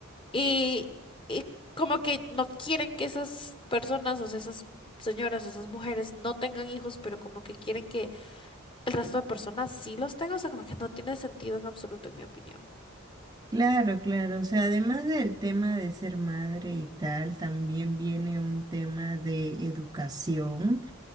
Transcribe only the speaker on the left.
Y, y como que no quieren que esas personas, o sea, esas señoras o esas mujeres no tengan hijos, pero como que quieren que el resto de personas sí los tengan. O sea, como que no tiene sentido en absoluto, en mi opinión.